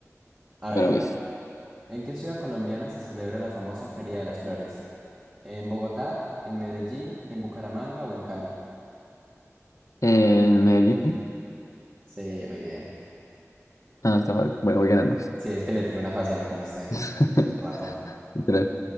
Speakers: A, on the right (about 25°); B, on the left (about 70°).
A: A ver,
B: Bueno, pues.
A: ¿en qué ciudad colombiana se celebra la famosa Feria de las Flores? ¿En Bogotá, en Medellín, en Bucaramanga o en Cali?
B: ¿En Medellín?
A: Sí, muy bien.
B: Ah, está fácil. Bueno, voy ganando.
A: Sí, es que le tiré una fácil, no como usted.
B: <laughs>
A: Ratón.
B: Literal.